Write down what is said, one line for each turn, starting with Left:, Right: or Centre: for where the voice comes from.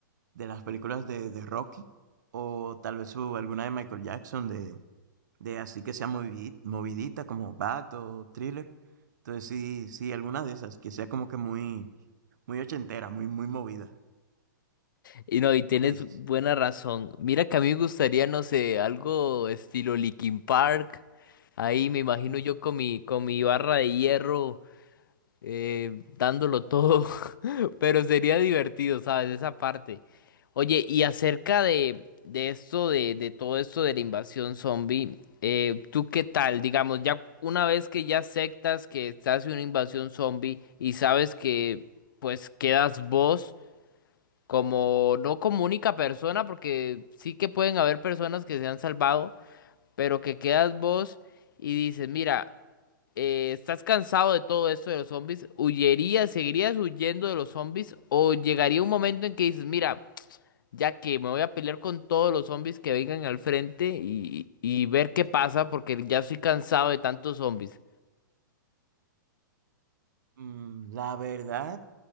Right: de las películas de, de Rocky, o tal vez su- alguna de Michael Jackson, de, de así que sea movi- movidita, como Bat o Thriller. Entonces sí, sí, alguna de esas, que sea como que muy, muy ochentera, muy, muy movida.
Left: Y no, y tienes
Right: ¿Tú qué dices?
Left: buena razón. Mira que a mí me gustaría, no sé, algo estilo Linkin Park. Ahí me imagino
Right: Uf,
Left: yo con mi, con mi barra de hierro eh, dándolo todo, <laughs> pero sería divertido, ¿sabes? Esa parte. Oye, y acerca de, de esto, de, de todo esto de la invasión zombie, eh, ¿tú qué tal? Digamos, ya una vez que ya aceptas que estás en una invasión zombie y sabes que pues quedas vos como, no como única persona, porque sí que pueden haber personas que se han salvado, pero que quedas vos y dices, mira, eh, ¿estás cansado de todo esto de los zombies? ¿Huyerías, seguirías huyendo de los zombies? ¿O llegaría un momento en que dices, mira, ya que me voy a pelear con todos los zombies que vengan al frente y, y ver qué pasa porque ya estoy cansado de tantos zombies?
Right: mm, la verdad